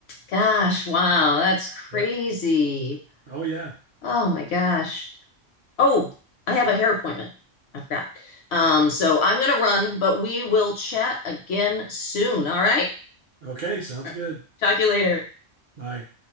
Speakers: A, on the left; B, on the right.
A: gosh, wow. That's crazy.
B: Yep. Oh yeah.
A: Oh my gosh. Oh, I have a hair appointment. I forgot. Um, so I'm gonna run, but we will chat again soon. All right?
B: Okay, sounds
A: All
B: good.
A: right. Talk to you later.
B: Bye.